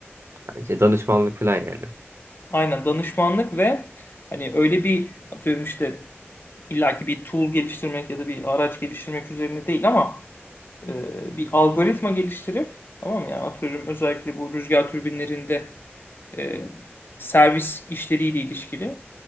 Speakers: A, on the right (about 75°); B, on the left (about 55°).
A: Yani şey, danışmanlık falan yani.
B: Aynen danışmanlık ve hani öyle bir atıyorum işte illaki bir tool geliştirmek ya da bir araç geliştirmek üzerine değil ama e, bir algoritma geliştirip tamam mı? Yani atıyorum özellikle bu rüzgar türbinlerinde e, servis işleriyle ilişkili